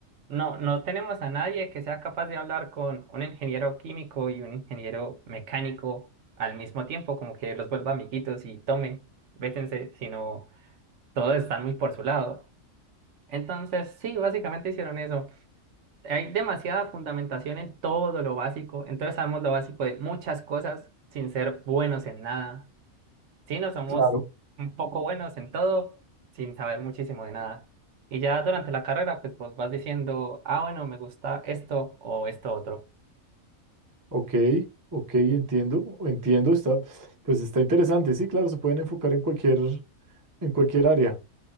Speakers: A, on the right; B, on the right.
A: No, no tenemos a nadie que sea capaz de hablar con un ingeniero químico y un ingeniero mecánico al mismo tiempo, como que los vuelva amiguitos y tomen, vétense, sino todos están muy por su lado. Entonces, sí, básicamente hicieron eso. Hay demasiada fundamentación en todo lo básico, entonces sabemos lo básico de muchas cosas sin ser buenos en nada. Sí, no somos
B: Claro.
A: un poco buenos en todo, sin saber muchísimo de nada. Y ya durante la carrera, pues vos vas diciendo, ah, bueno, me gusta esto o esto otro.
B: Ok, ok, entiendo, entiendo, está, pues está interesante, sí, claro, se pueden enfocar en cualquier, en cualquier área.